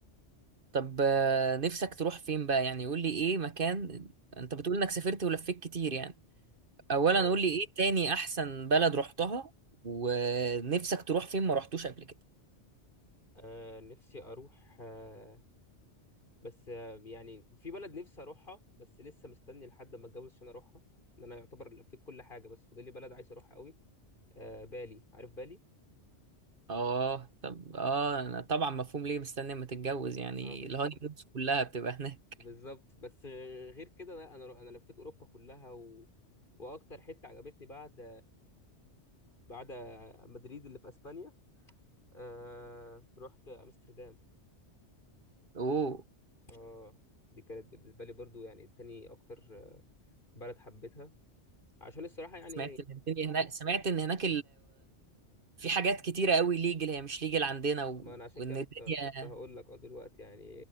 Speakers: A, on the right; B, on the left.
A: طب آه، نفسك تروح فين بقى يعني قول لي إيه مكان أنت بتقول إنك سافرت ولفيت كتير يعني أولا
B: اه
A: قول لي إيه تاني أحسن بلد رحتها ونفسك تروح فين ما رحتوش قبل كده
B: آه، نفسي اروح آه، بس آه، يعني في بلد نفسي اروحها بس لسه مستني لحد ما اتجوز عشان اروحها ان انا يعتبر لفيت كل حاجه بس فاضل لي بلد عايز اروحها قوي آه بالي عارف بالي
A: اه طب اه أنا طبعا مفهوم ليه مستني اما تتجوز يعني
B: اه بالظبط
A: الهاني مونز كلها بتبقى هناك
B: بالظبط بس آه، غير كده لا انا انا لفيت اوروبا كلها و... واكتر حته عجبتني بعد بعد مدريد اللي في اسبانيا آه رحت امستردام
A: اوه
B: اه دي كانت بالنسبه لي برضو يعني تاني اكتر بلد حبيتها عشان الصراحه يعني
A: سمعت ان الدنيا هناك سمعت ان هناك في حاجات كتيرة قوي ليجل هي مش ليجل عندنا و...
B: ما انا عشان
A: وان
B: كده
A: الدنيا
B: كنت كنت هقول لك اه دلوقتي يعني